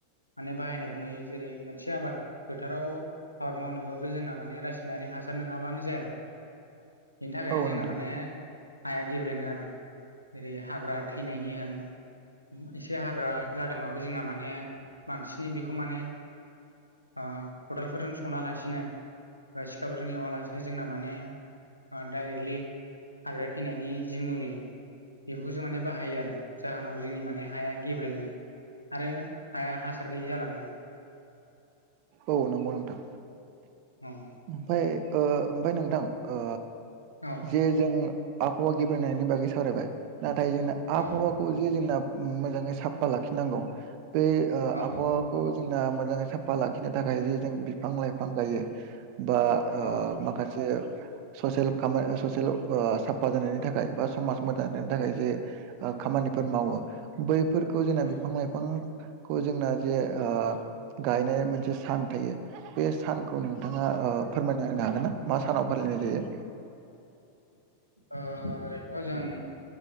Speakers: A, on the left (about 80°); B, on the right (about 45°).
A: माने बाहायनायखौ नुयो जेरै मोनसे आबाद फोथाराव आबाद मावनोबो जोंना माने रासायनारि हासार नोङाबानो जाया। बेनि थाखायनो
B: औ
A: जोंना
B: नोंथां
A: माने हाया गेब्रेङो आरो जेरै हाग्रा थैनायनि होन। एसे हाग्रा जादोंबाबो जोंना माने बांसिनै बेखौ माने ओ खदालफोरजों सना लासिनो बा सिखाफोरजों एवालासिनो जोंना माने ओ डायरेक्टलि हाग्रा थैनायनि जि मुलि बेखौसो माने बाहायो आरो। जाहोनाव जोंनि माने हाया गेब्रेङो आरो हाया हासार गैयि जालांङो।
B: औ नोंगौ नोंथां।
A: औ
B: ओमफाय ओ ओमफाय नोंथां ओ
A: औ
B: जे जों आबहावा गेब्रेंनायनि बागै सावरायबाय नाथाय जोंना आबहावाखौ
A: औ
B: जे जोंना मोजांङै साफा लाखिनांगौ। बे ओ
A: औ
B: आबहावाखौ जोंना मोजांङै साफा ला बेखिनो थाखाय जे जों बिफां लाइफां गायो बा ओ
A: औ
B: माखासे ससेेल खामाय ससेल ओ साफा जानायनि थाखाय बा समाज मोजां जानायनि थाखाय जे ओ खामानिफोर मावो बै फोरखौ जोंना बिफां
A: औ
B: लाइफांखौ जोंना जे ओ गायनाया मोनसे सान थायो बे सानखौ नोंथांङा ओ फोरमायना होननो हागोन ना मा सानाव फालिनाय जायो।
A: ओ ओरैनोथ' जों